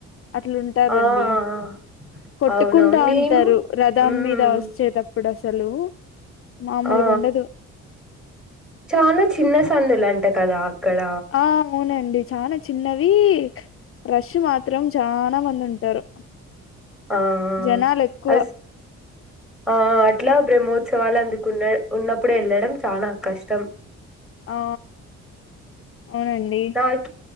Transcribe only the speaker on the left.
అట్లుంటారుండి
కొట్టుకుంటా
ఉంటారు రథం
మీద <unintelligible> వచ్చేటప్పుడు అసలు మామూలుగా
ఉండదు
ఆ అవునండి చానా చిన్నవి రష్ మాత్రం చానా మంది ఉంటారు
జనాలు ఎక్కువ
ఆ అవునండి